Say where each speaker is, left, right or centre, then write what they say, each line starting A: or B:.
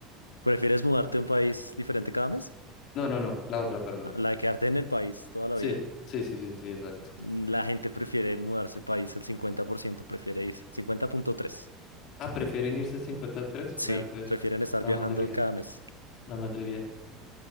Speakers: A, on the left; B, on the left.
A: ¿Prefieres mudarte a un país diferente cada mes?
B: No, no, no, la otra, perdón.
A: Ah, La de quedarte en el país toda la
B: Sí,
A: vida.
B: sí, sí, sí, sí, exacto.
A: La gente prefiere mudarse de país, el 50% prefiere irse. 50.3.
B: Ah, ¿prefieren irse cincuenta y tres
A: Sí,
B: Vea, pues,
A: prefieren estar
B: la
A: viajando
B: mayoría,
A: cada mes.
B: la mayoría.